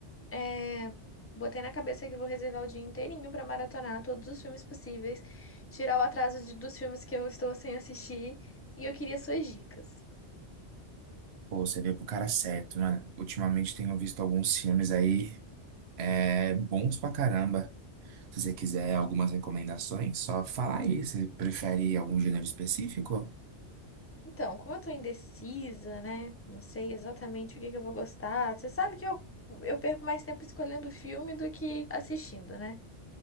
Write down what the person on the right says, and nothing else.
Pô, você veio pro cara certo, né? Ultimamente tenho visto alguns filmes aí, é, bons pra caramba. Se você quiser algumas recomendações, só fala aí. Você prefere algum gênero específico?